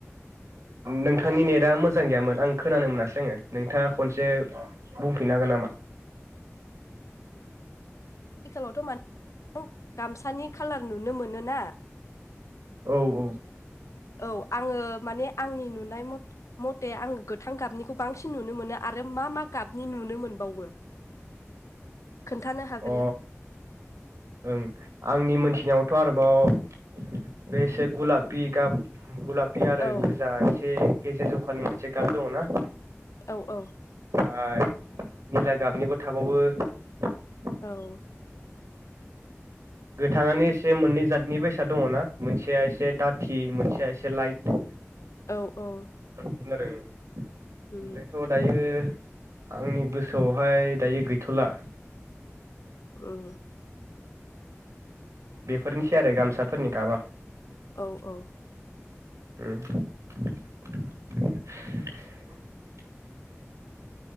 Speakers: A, on the right; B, on the left.
A: नोंथांनि नेटआ मोजां गैयामोन आं खोनानो मोनासै आङो नोंथाङा खनसे बुंफिननो हागोन नामा
B: आथिखालावथ' मान <inaudible> गामसानि खालार नुनो मोनो ना
A: औ औ
B: औ आङो माने आंनि नुनाय मथे आङो गोथां गाबनिखौ बांसिन नुनो मोनो आरो मा मा गाबनि नुनो मोनबावो खोन्थानो हागोन
A: अ
B: ना
A: ओं आंनि मोनसे सिङावथ' आरोबाव बे एसे गुलाफि गाब गला फि आरो
B: औ
A: गोजा एसे गेजेर जखाननि मोनसे गाब दङना।
B: औ औ
A: <unintelligible> निला गाबनिबो थाबावो <unintelligible>
B: औ
A: गोथाङानो एसे मोननै जातनि बेसाद दङना मोनसेया एसे दाथि मोनसेया एसे लाइट
B: औ औ
A: खोनादों ओ
B: उम
A: ओमफ्रायथ' दायो आंनि गोसोआवहाय दायो गैथ'ला
B: उम
A: बेफोरनिसै आरो गामसाफोरनि गाबा
B: औ औ
A: उम